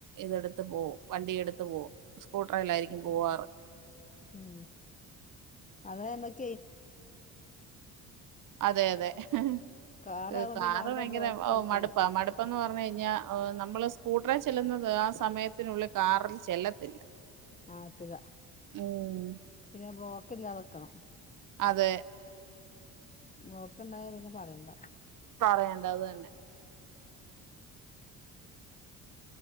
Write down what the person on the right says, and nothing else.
ഇതെടുത്ത് പോവും വണ്ടി എടുത്ത് പോവും സ്കൂട്ടറേലായിരിക്കും
പോവാറ്
അതെ അതെ ഹ്
ഹ് കാറ്
ഭയങ്കര
മടുപ്പാ മടുപ്പന്ന് പറഞ്ഞ കഴിഞ്ഞാൽ നമ്മൾ സ്കൂട്ടർ ചെല്ലുന്നത് ആ സമയത്തിനുള്ളി കാറിൽ ചെല്ലത്തില്ല
ഉം
അതെ
പറയേണ്ടത് തന്നെ